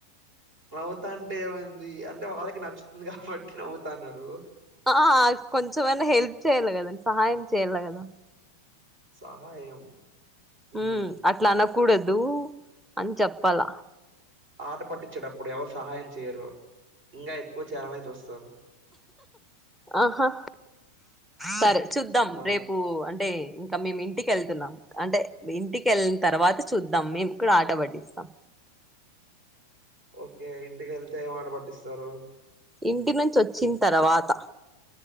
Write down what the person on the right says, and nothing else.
నవ్వుతా అంటే ఏమైంది అంటే వాళ్ళకి నచ్చుతుంది కాబట్టి నవ్వుతన్నారు
సహాయం
ఉహు
ఆట పట్టించేటప్పుడు ఎవరు సహాయం చేయరు ఇంకా ఎక్కువ చేయాలనే చూస్తారు
ఆ
ఓకే ఇంటిక వెళ్తే ఏమాట పట్టిస్తారు